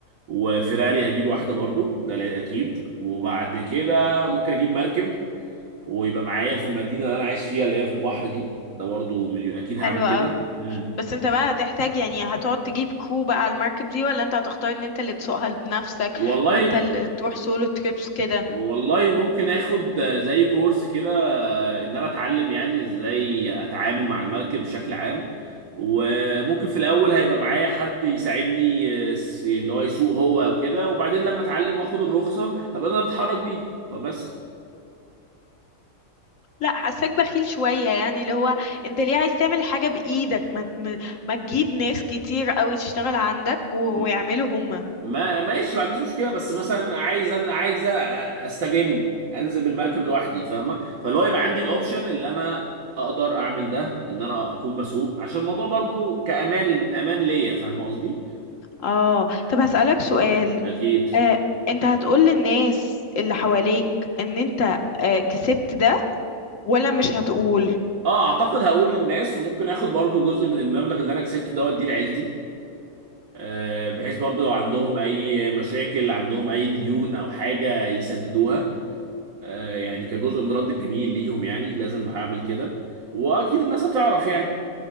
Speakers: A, on the right (about 75°); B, on the left (about 65°).
A: وفيراري هجيب واحدة برضو ده لا- أكيد وبعد كده ممكن أجيب مركب ويبقى معايا في المدينة اللي أنا عايش فيها اللي هي في البحر دي ده برضو مليو- أكيد
B: حلو
A: هعمل كده
B: قوي
A: مم.
B: بس انت بقى هتحتاج يعني هتقعد تجيب كرو بقى على المركب دي ولا انت هتختار ان انت اللي تسوقها بنفسك
A: والله
B: وانت اللي تروح سولو تريبس كده
A: والله ممكن آخد آه، زي كورس كده ان انا اتعلم يعني ازاي اتعامل مع المركب بشكل عام وممكن في الاول هيبقى معايا حد يساعدني آه، س- اللي هو يسوق هو او كده وبعدين لما اتعلم واخد الرخصة هبقى انا بتحرك بيه فبس
B: لا حاساك بخيل شوية يعني اللي هو انت ليه عايز تعمل حاجة بإيدك ما, ما, ما تجيب ناس كتير قوي تشتغل عندك و-
A: م-
B: ويعملوا هما
A: ما ماشي ما عنديش مشكلة بس مثلا عايز أن- عايز أ- استجم انزل بالمركب لوحدي فاهمة فاللي هو يبقى عندي الاوبشن اللي انا اقدر اعمل ده ان انا اكون بسوق عشان الموضوع برضو كامان امان ليا فاهمة قصدي
B: اه طب هسألك سؤال
A: اكيد
B: آه انت هتقول للناس اللي حواليك ان انت آه كسبت ده ولا مش هتقول
A: اه اعتقد هقول للناس وممكن اخد برضو جزء من المبلغ اللي انا كسبته ده واديه لعيلتي آه، بحيث برضو لو عندهم اي مشاكل عندهم اي ديون او حاجة يسددوها آه، يعني كجزء من رد الجميل ليهم يعني لازم هعمل كده واكيد الناس هتعرف يعني